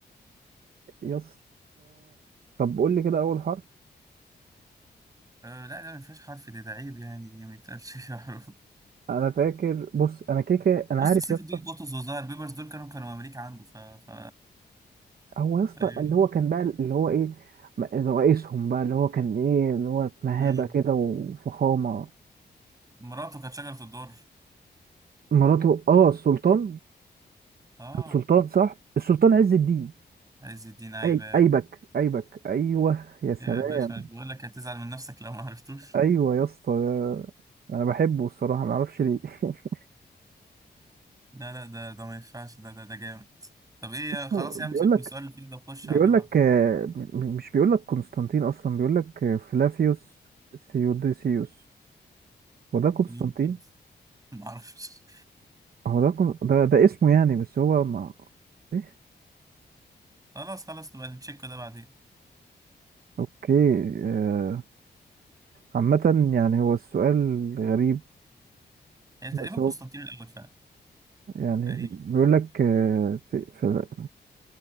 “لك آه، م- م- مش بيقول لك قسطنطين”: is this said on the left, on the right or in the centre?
Right